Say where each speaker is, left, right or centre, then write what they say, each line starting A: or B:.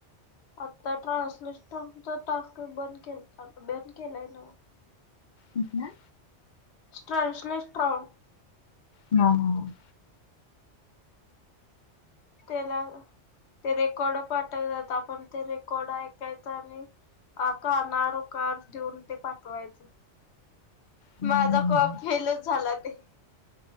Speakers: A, on the left; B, on the left.
A: आता ट्रान्सलेटरचा टाक बंद के बंद केलाय ना,
B: हं,
A: स्ट्रॅन्सलेश स्ट्रॉंग,
B: हम,
A: तेला, ते रेकॉर्ड पाठवतात आपण ते रेकॉर्ड ऐकायच आणि. अ काना उकार देऊन ते पाठवायचं.
B: हम्म.
A: माझा कॉप फेलच झाला ते!